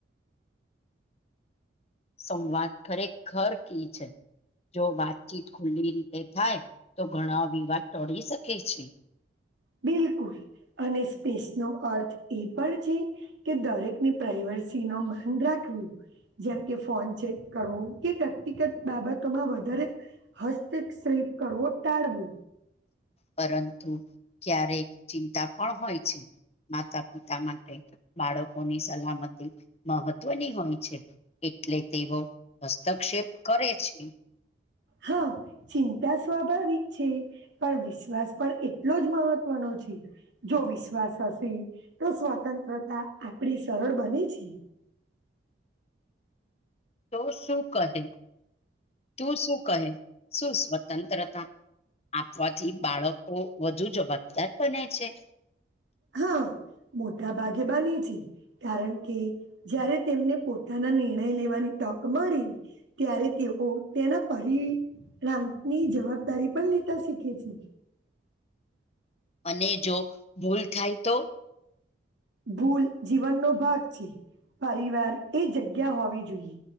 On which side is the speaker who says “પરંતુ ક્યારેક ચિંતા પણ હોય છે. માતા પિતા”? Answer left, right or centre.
Left